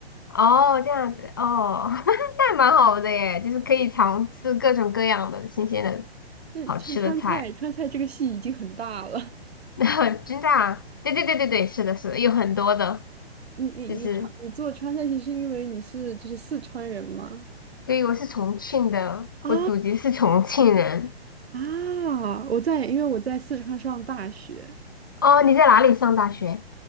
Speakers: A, on the left; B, on the right.
A: 哦，这样子，哦，<laughs> 那蛮好的耶，就是可以尝试各种各样的新鲜的
B: 那川川菜川菜这个系已经很大了，
A: 好吃的菜。<laughs> 真的啊？对对对对对，是的，是的，有很多的，
B: 你你你尝你做川菜系是因为你是就是四川人吗？
A: 就是，对，我是重庆的，
B: 啊
A: 我祖籍是重庆人。
B: 啊！我在，因为我在四川上大学，
A: 哦，你在哪里上大学？